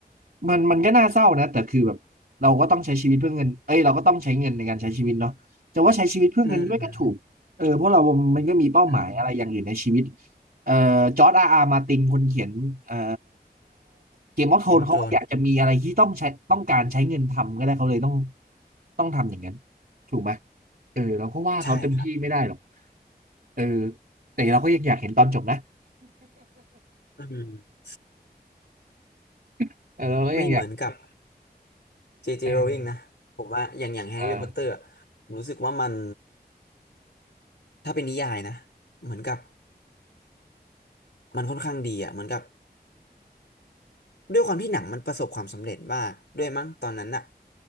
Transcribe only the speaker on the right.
มันมันก็น่าเศร้านะแต่คือแบบเราก็ต้องใช้ชีวิตเพื่อเงินเอ้ยเราก็ต้องใช้เงินในการใช้ชีวิตเนาะจะว่าใช้ชีวิตเพื่อเงินด้วยก็ถูกเออเพราะเรามันก็มีเป้าหมายอะไรอย่างอื่นในชีวิต
เอ่อจอร์จอาร์อาร์มาตินคนเขียนเอ่อเกมออฟโทนเขาก็อยากจะมีอะไรที่ต้องใช้ต้องการใช้เงินทำก็ได้เขาเลยต้อง
ต้องทำอย่างนั้นถูกไหมเออเราก็ว่าเขาเต็มที่ไม่ได้หรอก
เออแต่เราก็ยังอยากเห็นตอนจบนะ
<laughs> เออเราก็ยังอยาก
เออเออ